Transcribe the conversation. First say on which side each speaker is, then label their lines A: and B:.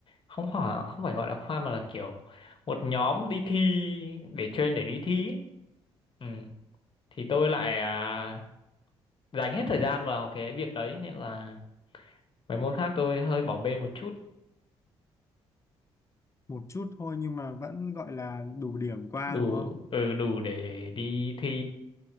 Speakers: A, on the left; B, on the left.
A: không phải không phải gọi là khoa mà là kiểu một nhóm đi thi để chuyên để đi thi ý. Ừ. Thì tôi lại à, dành hết thời gian vào cái việc đấy nên là mấy môn khác tôi hơi bỏ bê một chút
B: một chút thôi nhưng mà vẫn gọi là đủ điểm qua
A: đủ
B: đúng không?
A: ừ, đủ để đi thi